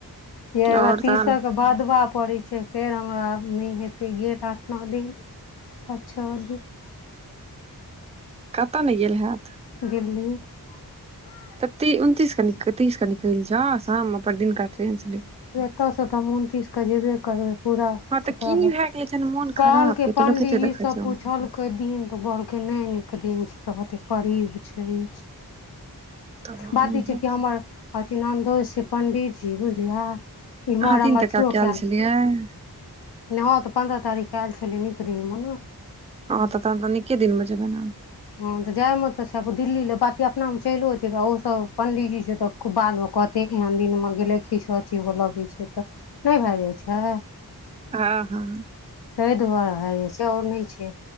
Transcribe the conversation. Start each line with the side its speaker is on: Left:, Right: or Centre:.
Left: ये हमरा
Right: आओर
Left: तीसक
Right: तहन
Left: भदबा पड़ैत छैय फेर हमरा नहि हेतै गेल आठ नौ दिन। अच्छा अधिक
Right: कतऽ नहि गेल हैत
Left: दिल्ली। हँ।
Right: तऽ ती उनतीस क निक तीस क निकल जा शाम पर दिनका ट्रेन से निक
Left: ओतऽसँ त हम उनतिसके जेबे करबै पूरा
Right: हँ
Left: कपड़ा
Right: तऽ की
Left: ल
Right: भए गेलै जहन मोन
Left: कहल
Right: खराब
Left: के
Right: तऽ
Left: पंडीजी
Right: लोक कते देखै
Left: सब
Right: छै
Left: पूछल दिन तऽ बड़के नहि नीक दिन छैय बते परीब छैय।
Right: तब
Left: बात
Right: नहि
Left: ई छैय
Right: हैत
Left: कि हमर अथि नन्दो छैय पंडितजी बुझलियै। इमहर
Right: अहाँ तीन
Left: हम
Right: टका
Left: अथियो काएल
Right: <unintelligible>
Left: नय हं त पन्द्रह तारीख क येल छलय नीक दिनमे न
Right: हं त तहन त निके दिनमे जेबै न।
Left: हं त जाय मे त छै, आब दिल्ली ले बाकी अपनामे चलिओ जेबय, ओहोसभ पंडीजी छै त बाद मे कहते, एहन दिन मे गेलै, किछु अथी हो लगय छ त। नहि भे जाइ छय।
Right: आ हं।
Left: तय दुआरे भ जाय छय, और नहि छै,